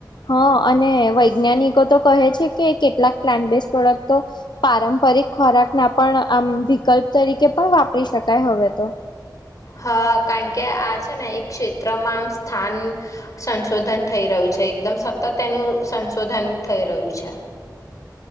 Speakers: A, on the left (about 80°); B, on the left (about 50°).
A: હા અને વૈજ્ઞાનિકો તો કહે છે કે કેટલાક પ્લાન્ટ બેઝ પ્રોડક્ટ તો પારંપરિક ખોરાક ના પણ આમ વિકલ્પ તરીકે પણ વાપરી શકાય હવે તો
B: હા કારણ કે આ છે ને એક ક્ષેત્રમાં આમ સ્થાન સંશોધન થઈ રહ્યું છે એકદમ સતત એનું સંશોધન થઈ રહ્યું છે